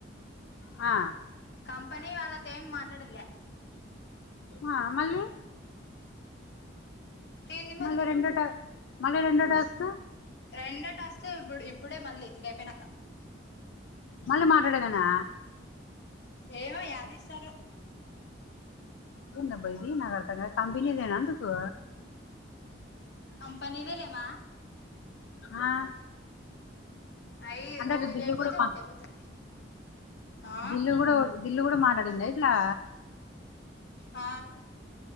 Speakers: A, on the left; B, on the left.
A: ఆ
B: కంపెనీ వాళ్ళతో ఏం మాట్లాడేది లే
A: ఆ మళ్ళీ
B: ఏంది మళ్ళీ
A: మళ్ళ రెండో టా మళ్ళీ రెండో టాస్క్
B: రెండో టాస్క్ ఇబ్ ఇబ్బుడే మళ్ళీ ఇది అయిపోయినాక
A: మళ్ళ మాట్లాడదేనా
B: ఏమో యాది ఇస్తారో
A: ఏందబ్బా ఇది నాకు అర్థం కాలె కంపెనీ దేనా అందుకు
B: కంపెనీదే లే మా
A: ఆ
B: అయి
A: అంటే
B: ఇంగో
A: అట్లా
B: ఇది
A: బిల్లీ
B: అయిపోతే
A: కూడా మాట్
B: ఒకటి అయిపోతుంది ఆ
A: బీల్లీ కూడా గిల్లు కూడా మాట్లాడిందా ఇట్లా
B: ఆ